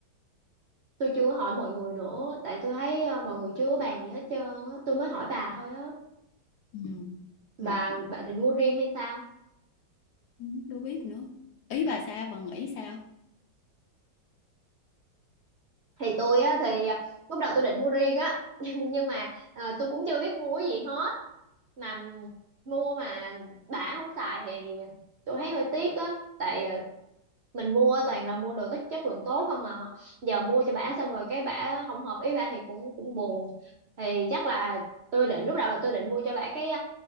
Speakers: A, on the right (about 65°); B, on the left (about 70°).
A: tôi chưa hỏi mọi người nữa tại tôi thấy ờ, mọi người chưa có bàn gì hết trơn á tôi mới hỏi bà thôi á
B: Ừ.
A: bà
B: Mặt
A: bà định mua riêng hay sao
B: cũng chưa biết nữa. Ý bà sao? Bà nghĩ sao?
A: thì tôi á thì ờ, lúc đầu tôi định mua riêng á <laughs> nhưng nhưng mà ờ, tôi cũng chưa biết mua cái gì hết mà ừm, mua mà đã không xài thì tôi thấy hơi tiếc á tại ờ, mình mua toàn là mua đồ tốt chất lượng tốt không à giờ mua cho bả xong rồi cái bả không hợp ý bả thì cũng cũng buồn thì chắc là tôi định lúc đầu là tôi định mua cho bả cái